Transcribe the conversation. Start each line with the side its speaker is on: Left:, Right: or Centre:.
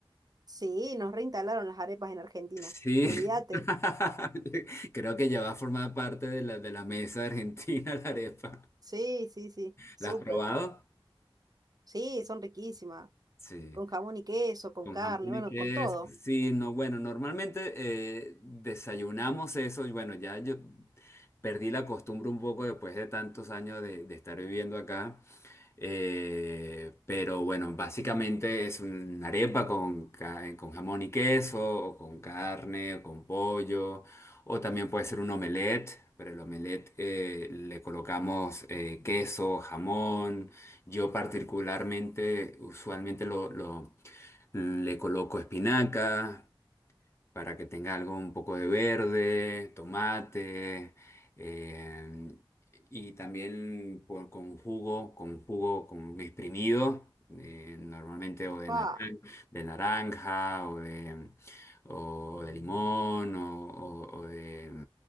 Right: Sí, nos reinstalaron las arepas en Argentina.
Left: Sí,
Right: Olvídate.
Left: <laughs> creo que ya va a formar parte de la, de la mesa argentina <laughs> la arepa.
Right: Sí, sí, sí. Súper.
Left: ¿La has probado?
Right: Sí, son riquísimas.
Left: Sí.
Right: Con jamón y queso, con
Left: Con
Right: carne,
Left: jamón
Right: bueno,
Left: y queso,
Right: con todo.
Left: sí, no, bueno, normalmente eh, desayunamos eso y bueno, ya yo perdí la costumbre un poco después de tantos años de, de estar viviendo acá, eh, pero bueno, básicamente es una arepa con, ca- con jamón y queso, o con carne, o con pollo, o también puede ser un omelette, pero el omelette eh, le colocamos eh, queso, jamón, yo particularmente usualmente lo lo- le coloco espinaca para que tenga algo un poco de verde, tomate, eh, y también por- con jugo, con jugo, con exprimido, eh, normalmente o de,
Right: Ah,
Left: na- de naranja o de, o de limón o, o- o de,